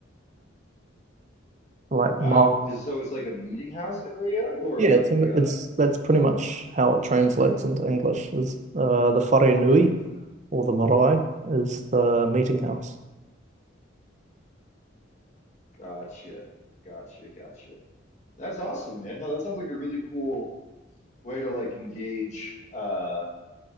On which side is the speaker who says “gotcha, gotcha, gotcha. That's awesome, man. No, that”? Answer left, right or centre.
Left